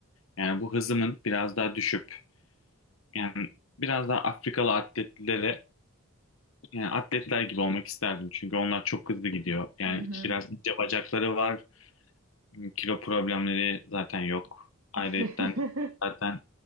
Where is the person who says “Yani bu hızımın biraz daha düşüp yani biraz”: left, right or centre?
Left